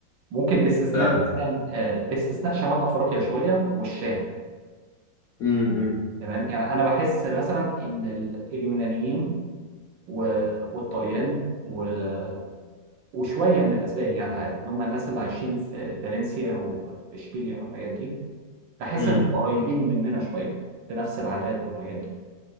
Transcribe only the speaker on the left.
فعلا
امم
امم